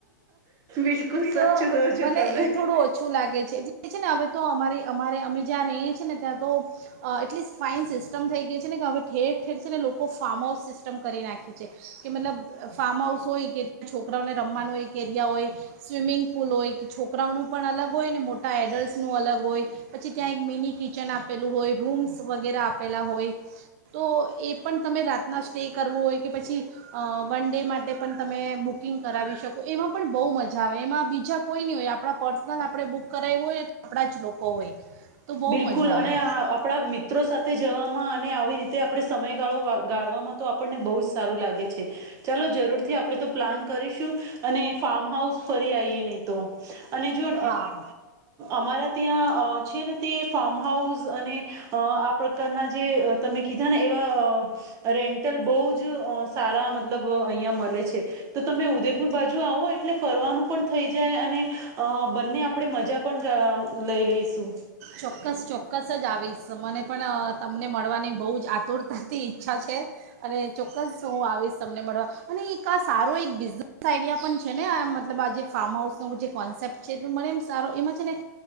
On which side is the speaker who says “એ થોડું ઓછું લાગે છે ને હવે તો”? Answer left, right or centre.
Right